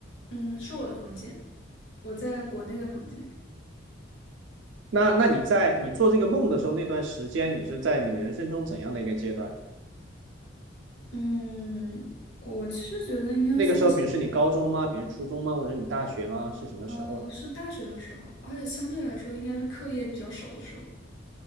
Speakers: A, on the left; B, on the right.
A: 嗯，是我的房间，我在国内的房间。
B: 那那你在你做这个梦的时候，那段时间你是在你人生中怎样的一个阶段？
A: 嗯，我其实觉得应该算是，
B: 那个时候，比如是你高中吗？比如初中吗？或者你大学吗？是什么时候呢？
A: 呃，是大学的时候，而且相对来说应该是课业比较少的时候。